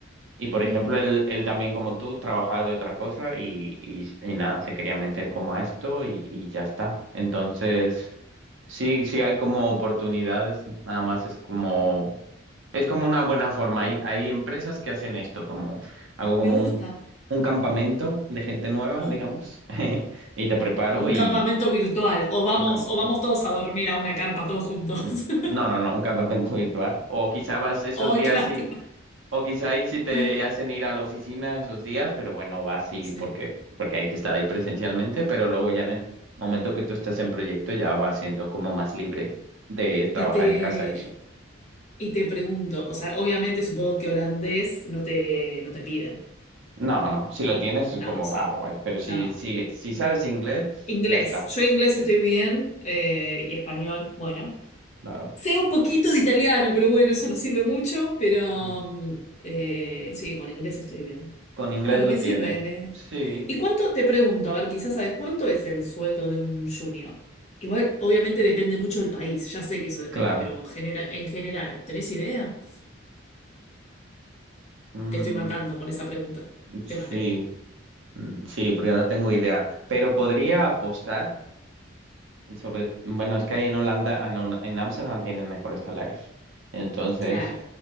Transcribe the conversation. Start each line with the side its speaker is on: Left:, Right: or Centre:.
Right: Y por ejemplo,
Left: Ujú.
Right: él, él también como tú trabajaba de otra cosa y, y, y nada, se quería meter como a esto y, y ya está. Entonces, sí, sí hay como oportunidades, nada más es como,
Left: Mm,
Right: es como una buena forma. Hay, hay empresas que hacen esto, como hago
Left: Me
Right: como
Left: gusta.
Right: un, un campamento de gente nueva,
Left: Un,
Right: digamos, <laughs> y te preparo
Left: un
Right: y...
Left: campamento virtual. O vamos,
Right: Un campa-
Left: o vamos todos a dormir a una carpa todos juntos.
Right: mm,
Left: <laughs>
Right: No, no, no, un campamento <laughs> virtual. O quizá vas esos
Left: ¡Ay,
Right: días
Left: qué lástima!
Right: O quizá ahí sí te
Left: Eh,
Right: hacen ir a la oficina esos días, pero bueno, va así
Left: sí.
Right: porque, porque hay que estar ahí presencialmente, pero luego ya en el momento que tú estás en proyecto ya va siendo como más libre de trabajar
Left: Y te,
Right: en casa y eso.
Left: y te pregunto, o sea, obviamente supongo que holandés no te, no te piden.
Right: No, no, si lo tienes es
Left: No,
Right: como,
Left: o sea,
Right: ah, guay, pero si,
Left: no.
Right: si, si sabes inglés,
Left: Inglés.
Right: ya está.
Left: Yo inglés
Right: Sí,
Left: estoy bien eh, y español, bueno.
Right: claro.
Left: Sé un poquito de italiano, pero bueno, eso no sirve mucho, pero
Right: Ujú.
Left: mm, eh, sí, con inglés estoy bien.
Right: Con inglés
Left: Bueno,
Right: lo
Left: me sirve.
Right: tiene.
Left: Me...
Right: Sí,
Left: ¿Y cuánto, te pregunto, a ver, quizás sabes, cuánto es el sueldo de un junior? Igual, obviamente depende mucho del país, ya sé que eso depende,
Right: claro.
Left: pero genera- en general, ¿tenés idea?
Right: Mm,
Left: Te estoy matando con esa pregunta.
Right: sí,
Left: Te maté.
Right: mm, sí, porque no tengo idea, pero podría apostar. Y sobre, bueno, es que ahí en Holanda, en, Hol- en Ámsterdam tienen mejores salarios. Entonces,
Left: Claro.